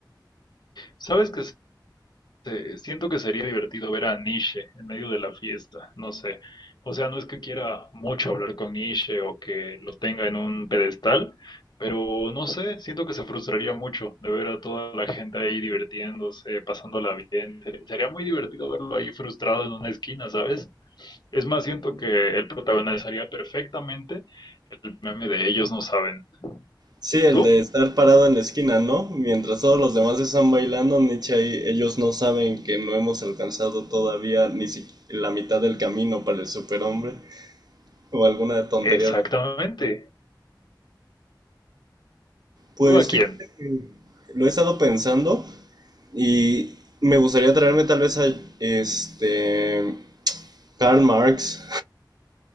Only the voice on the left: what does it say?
¿Sabes qué? se- Siento que sería divertido ver a Nietzsche en medio de la fiesta, no sé. O sea, no es que quiera mucho hablar con Nietzsche o que lo tenga en un pedestal, pero no sé, siento que se frustraría mucho de ver a toda la gente ahí divirtiéndose, pasándola bien. Sería muy divertido verlo ahí frustrado en una esquina, ¿sabes? Es más, siento que él protagonizaría perfectamente el meme de ellos no saben.
¿Tú?
Exactamente.
¿Tú a quién?